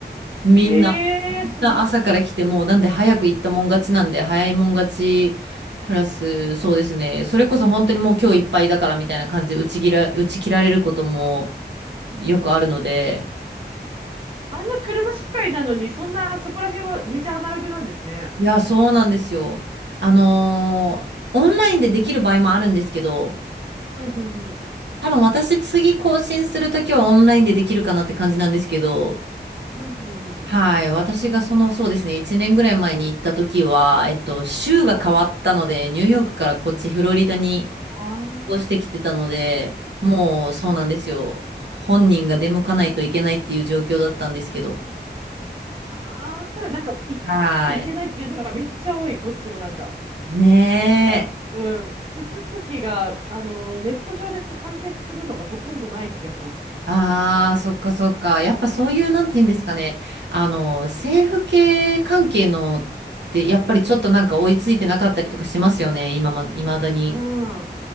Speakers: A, on the right; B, on the right.
A: みんな、
B: ええ知らなかった。
A: みんな朝から来てもうなんで早く行ったもん勝ちなんで、
B: え
A: 早いもん勝ち、プラスそうですね、
B: うん
A: それこそ本当にもう今日いっぱいだからみたいな感じで打ち切ら、打ち切られることもよくあるので、
B: あんな車社会なのに、そんな、そこら辺はめちゃアナログなんですね。
A: いや、そうなんですよ。あのーオンラインでできる場合もあるんですけど、
B: ふんふんふん。
A: 多分私次更新するときはオンラインでできるかなって感じなんですけど、
B: ふんふんふん。
A: はい。私がその、そうですね。1年ぐらい前に行ったときは、えっと、州が変わったので、
B: そう。
A: ニューヨークからこっちフロリダに
B: ああ。うん
A: 越してきてたので、
B: うん
A: もうそうなんですよ。
B: うん
A: 本人が出向かないといけないっていう状況だったんですけど。
B: ああ、わかる。なんか、行かないといけないっていうのがめっちゃ多い、
A: はい。
B: こっちもなんか。
A: ね
B: なんか、うん。手続きが、あの、ネット上で完結するのがほとんどない気がします。
A: ああ、そっかそっか。やっぱそういう、なんて言うんですかね。
B: うん。う
A: あの、政府系関係のって、やっぱりちょっとなんか追いついてなかったりとかしますよね。
B: ん。
A: 今ま、未だに。
B: うん。